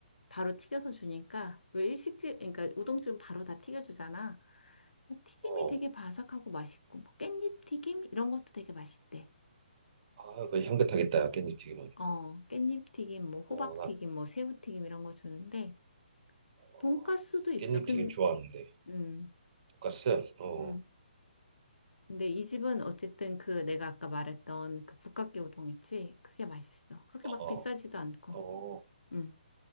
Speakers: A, on the left (about 80°); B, on the right (about 40°).
A: 바로 튀겨서 주니까, 왜 일식집, 그러니까 우동집은 바로 다 튀겨주잖아. 튀김이
B: 어.
A: 되게 바삭하고 맛있고, 뭐 깻잎 튀김? 이런 것도 되게 맛있대.
B: 아, 그 향긋하겠다. 깻잎 튀김은.
A: 어, 깻잎 튀김, 뭐 호박
B: 어, 나
A: 튀김, 뭐 새우 튀김 이런 거 주는데, 돈가스도
B: 어,
A: 있어.
B: 깻잎
A: 근,
B: 튀김 좋아하는데.
A: 음,
B: 돈가스. 어,
A: 음. 근데 이 집은 어쨌든 그 내가 아까 말했던 그 북각개 우동 있지? 그게 맛있어. 그렇게
B: 어,
A: 막 비싸지도 않고.
B: 어. 어,
A: 음.